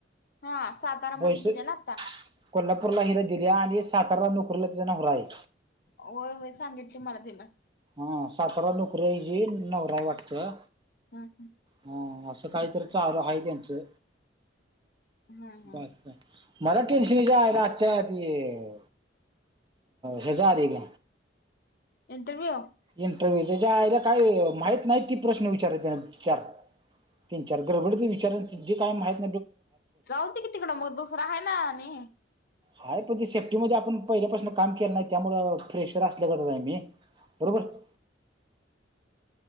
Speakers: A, on the left (about 50°); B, on the right (about 25°).
A: हा सातारामध्ये
B: पैसे
A: गेल्या ना आता.
B: कोल्हापूरला हिला दिल्या आणि सातारला नोकरीला तिचा नवरा आहे.
A: होय, होय सांगितली मला तिनं.
B: हा साताराला नोकरी हाय हिजी नवरा हाय वाटतं.
A: हां.. हां..
B: हा असं काहीतरी चालू आहे त्यांचं...
A: हम्म हम्म
B: बाकी काय. मला टेन्शनच्या <unintelligible> आजच्या ते हेज आलंय.
A: इंटरव्यू
B: इंटरव्ह्यू त्याच्या आयला काही माहित नाही ती प्रश्न विचारत्यात चार तीन-चार गडबडती विचारां जे काय माहित
A: जाऊ दे की तिकडं, मग दुसरं आहे ना आणि
B: हाय पण तेे सेफ्टीमध्ये आपण पहिल्यापासून काम केलं नाही, त्यामुळं फ्रेशर असल्यागतच आहे मी. बरोबर.